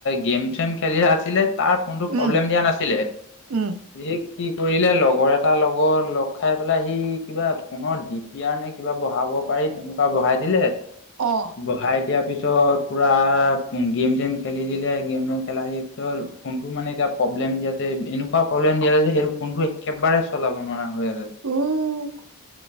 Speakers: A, on the left (about 55°); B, on the right (about 65°).
A: গেম-চেম খেলি আছিলে তাৰ কোনটো প্ৰব্লেম
B: উম
A: দিয়া নাছিলে
B: উম
A: সি কি কৰিলে লগৰ এটা এটাৰ লগত লগ খাই পেলাই সি কিবা পুনৰ দিপিয়াৰ নে কিবা বঢ়াব পাৰি তেনেকুৱা বহাই দিলে
B: অ
A: বহাই দিয়াৰ পিছত পুৰা গেম-চেম খেলি দিলে গেম খেলা পিছত ফোনটো মানে এতিয়া প্ৰব্লেম দিয়া আছে এনেকুৱা প্ৰব্লেম দি আছে যে সেইটো ফোনটো একেবাৰে চলাব নোৱাৰা হৈ আছে
B: উম!